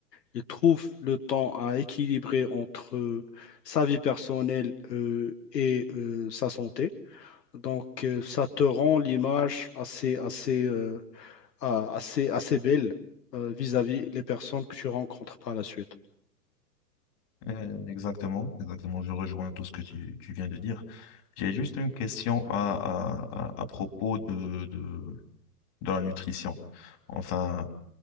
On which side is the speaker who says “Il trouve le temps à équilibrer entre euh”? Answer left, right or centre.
Left